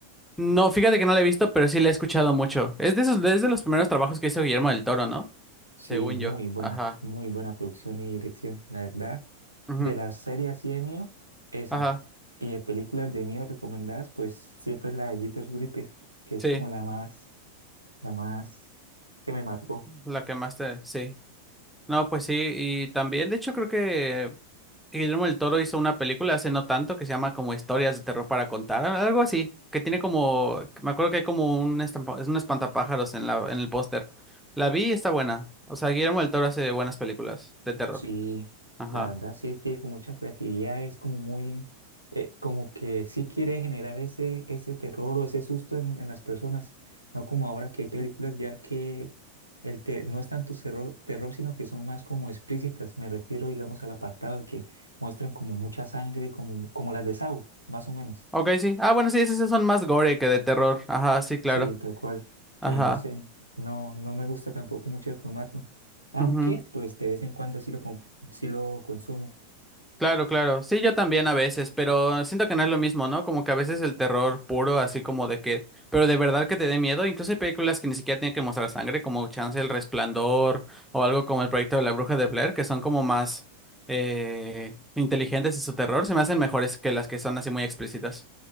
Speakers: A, in the centre; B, on the right.
A: No, fíjate que no la he visto, pero sí la he escuchado mucho. Es de esos, es de los primeros trabajos que hizo Guillermo del Toro, ¿no?
B: Sí,
A: Según
B: muy
A: yo.
B: buena,
A: Ajá.
B: muy buena producción y dirección, la verdad.
A: Ujú.
B: De las series así de mío, esa.
A: Ajá.
B: Y de películas de mío recomendadas, pues siempre es la de Jeepers Creepers, que es
A: Sí.
B: como la más, la más que me marcó.
A: La que más te. Sí. No, pues sí. Y también, de hecho, creo que Guillermo del Toro hizo una película hace no tanto que se llama como Historias de terror para contar, al- algo así. Que tiene como. Me acuerdo que hay como un, estampa- es un espantapájaros en la, en el póster. La vi y está buena. O sea, Guillermo del Toro hace buenas películas de terror.
B: Sí,
A: Ajá.
B: la verdad sí tiene como mucha creatividad, es como muy, eh, como que sí quiere generar ese, ese terror o ese susto en, en las personas, no como ahora que hay películas ya que el te- no es tanto terror, terror, sino que son más como explícitas, me refiero digamos al apartado de que muestran como mucha sangre, como, como las de Saw, más o menos.
A: Ok, sí. Ah, bueno, sí, esos sí son más gore que de terror. Ajá, sí, claro.
B: Sí, tal cual,
A: Ajá.
B: que no sé, no, no me gusta tampoco mucho el formato, aunque
A: ujú.
B: pues de vez en cuando sí lo, conf- sí lo consumo.
A: Claro, claro. Sí, yo también a veces, pero siento que no es lo mismo, ¿no? Como que a veces el terror puro, así como de que, pero de verdad que te dé miedo. Incluso hay películas que ni siquiera tienen que mostrar sangre, como Chance el Resplandor o algo como el proyecto de la Bruja de Blair, que son como más eh, inteligentes en su terror. Se me hacen mejores que las que son así muy explícitas.